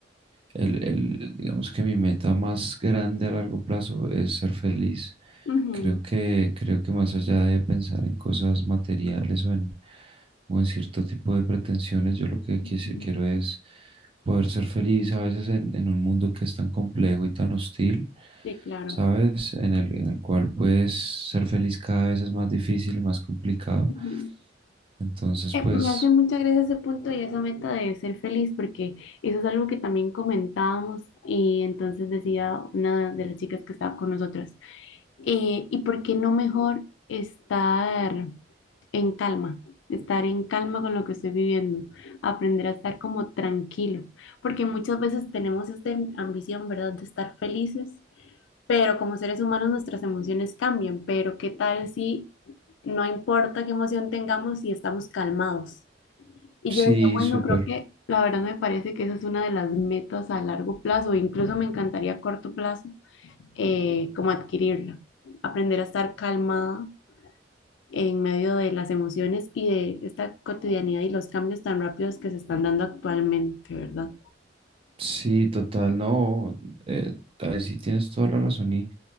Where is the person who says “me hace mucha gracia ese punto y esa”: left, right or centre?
Left